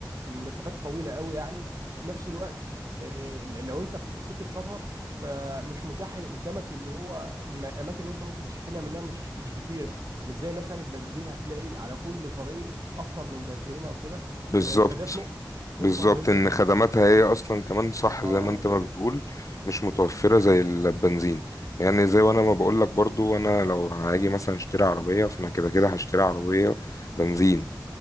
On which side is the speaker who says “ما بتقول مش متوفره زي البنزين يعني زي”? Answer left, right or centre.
Left